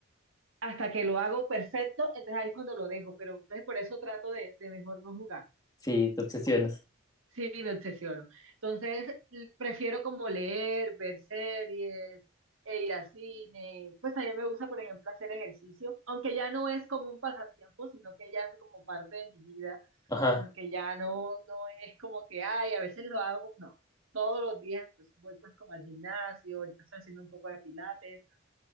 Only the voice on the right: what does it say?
hasta que lo hago perfecto, entonces ahí es cuando lo dejo, pero entonces por eso trato de, de mejor no jugar.
Sí, me obsesiono. Entonces, l- prefiero como leer, ver series, e ir a cine. Pues también me gusta, por ejemplo, hacer ejercicio, aunque ya no es como un pasatiempo, sino que ya es como parte de mi vida.
Como que ya no, no es como que, ay, a veces lo hago, no. Todos los días, entonces voy pues como al gimnasio, ahorita estoy haciendo un poco de pilates,